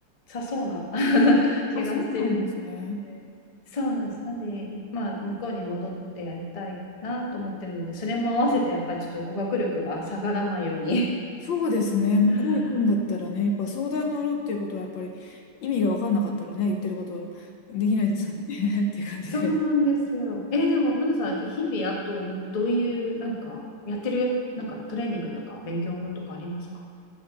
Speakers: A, on the left; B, on the left.
A: さそうな <laughs> 気がしてるの
B: あ、そうなんですね。
A: で。そうなんです。なんで、いまあ、向こうに戻ってやりたいなと思ってるので、それも合わせてやっぱりちょっと語学力が下がらないように。
B: そうですね。向こう行くんだったらね、
A: うん
B: やっぱ相談乗るっていうことはやっぱり意味が分かんなかったらね、言ってることできないですよね <laughs> っていう感じで。
A: そうなんですよ。え、でも、花さん、日々、あと、どういう、なんか、やってるや、なんか、トレーニングとか、勉強法とかありますか